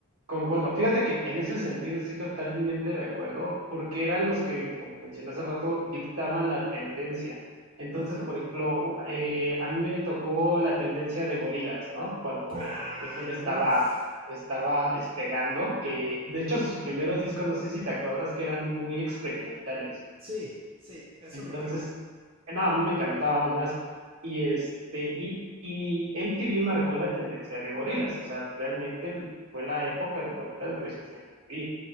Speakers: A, on the right; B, on the right.
A: Concuerdo. Fíjate que en ese sentido estoy totalmente de acuerdo, porque eran los que, como mencioné hace rato, dictaban la tendencia. Entonces,
B: Ujú.
A: por ejemplo, u- eh, a mí me tocó la tendencia de gorilas, ¿no? Cuando
B: Claro,
A: recién estaba,
B: uff.
A: estaba despegando, que de hecho sus primeros discos, no sé si te acuerdas, que eran muy experimentales.
B: Sí, sí, eso
A: Entonces,
B: me encanta.
A: no, a mí me encantaba aún más. Y este, y, y MTV marcó la tendencia de gorilas, o sea, realmente fue la época de gorilas gracias a MTV.